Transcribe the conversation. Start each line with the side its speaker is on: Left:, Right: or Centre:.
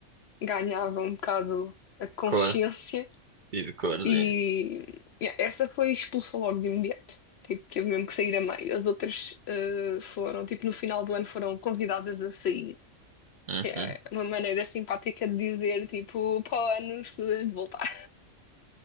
Left: ganhava um bocado a consciência.
Right: Cor. E de corzinho.
Left: E yeah, essa foi expulsa logo de imediato. Tipo, teve mesmo que sair a meio. As outras eh, foram, tipo, no final do ano foram convidadas a sair.
Right: Uhum.
Left: É uma maneira simpática de dizer, tipo, para o ano escusas de voltar.